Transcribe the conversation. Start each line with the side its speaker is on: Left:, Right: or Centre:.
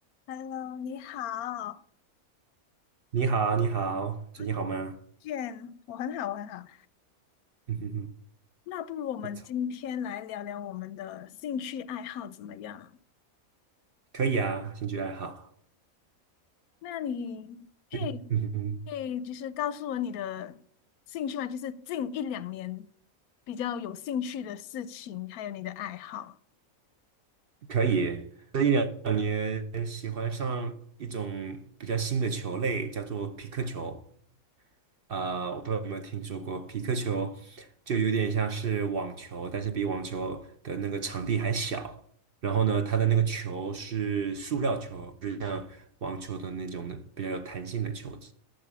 Left: Hello，你好，
Right: 你好，你好，
Left: 好久不见，
Right: 最近好吗？<laughs>
Left: 我很好，我很好。
Right: 嗯哼哼，
Left: 那不如我们今天来聊聊我们的兴趣爱好怎么样？
Right: 不错，可以啊，兴趣爱好，
Left: 那你可以
Right: <laughs> 嗯哼哼，
Left: 可以就是告诉我你的兴趣吗？就是近一两年比较有兴趣的事情，还有你的爱好。
Right: 可以。那你喜欢上一种比较新的球类，叫做皮克球。啊、我不知道有没有听说过，皮克球就有点像是网球，但是比网球的那个场地还小。然后呢，它的那个球是塑料球，就是像网球的那种的比较有弹性的球。子。